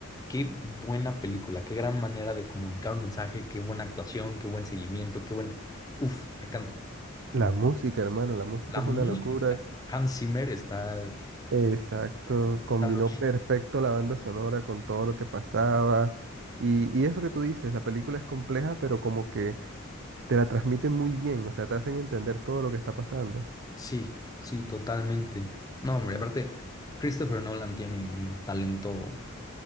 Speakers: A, on the left; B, on the right.
A: Qué buena película, qué gran manera de comunicar un mensaje, qué buena actuación, qué buen seguimiento, qué buen... Uf, me encanta.
B: la
A: Me enc-
B: música, hermano, la música
A: La música,
B: es una locura.
A: Hans Zimmer está,
B: Exacto, combinó
A: está loquísimo.
B: perfecto la banda sonora con todo lo que pasaba. Y, y eso que tú dices, la película es compleja, pero como que te la transmiten muy bien, o sea, te hacen entender todo lo que está pasando.
A: Sí, sí, totalmente. No, hombre, aparte, Christopher Nolan tiene un talento